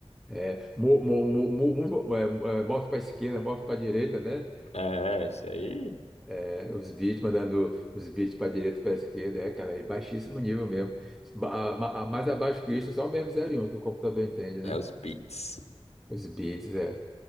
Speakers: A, in the centre; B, on the left (about 75°).
A: é, mo, mo, mo, mo, mo- é, é, move para esquerda, move para direita, né?
B: É, isso aí
A: É, os bits mandando os bits para direita, para esquerda, é, cara, é baixíssimo nível mesmo. Ba- ma- Mais abaixo que isso, só mesmo 0 e 1 que o computador entende,
B: é
A: né?
B: os bits.
A: Os bits, é.